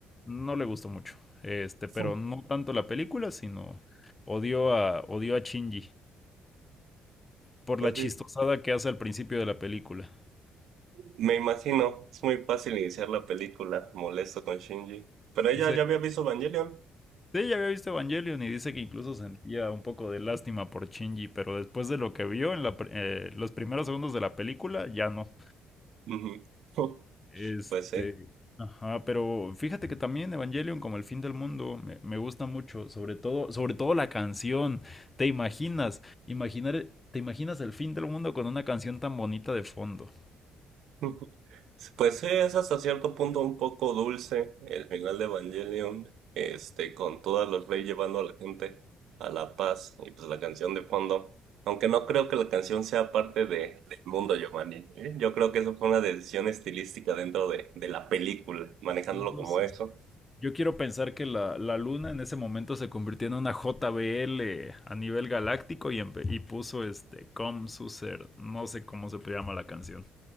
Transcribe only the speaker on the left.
no le gustó mucho, este,
pero no tanto la película, sino odió a, odió a Shinji por
la chistosada
que hace al principio de la película.
Sí,
sí, ya había visto Evangelion y dice que incluso sentía un poco de lástima por Shinji, pero después de lo que vio en la, pr- eh, los primeros segundos de la película, ya no.
Este,
ajá, pero fíjate que también Evangelion como el fin del mundo me, me gusta mucho, sobre todo, sobre todo la canción. ¿Te imaginas? Imaginar, ¿te imaginas el fin del mundo con una canción tan bonita de fondo?
No
sé.
Yo quiero pensar que la, la luna en ese momento se convirtió en una JBL a nivel galáctico y, empe- y puso este Com Suser, no sé cómo se llama la canción.